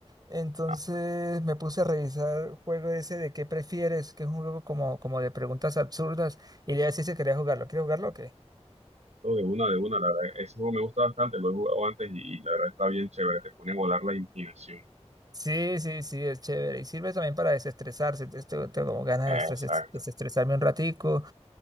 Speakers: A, on the right; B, on the right.
A: entonces
B: Ah,
A: me puse a revisar juego ese de qué prefieres, que es un juego como, como de preguntas absurdas y le decía si quería jugarlo, ¿quieres jugarlo o qué?
B: todo de una, de una, la verdad. Ese juego me gusta bastante, lo he jugado antes y, y la verdad está bien chévere, te pone a volar la imaginación.
A: Sí, sí, sí, es chévere y sirve también para desestresarse, entonces tengo, tengo como ganas
B: Exacto.
A: de estres- desestresarme un ratico.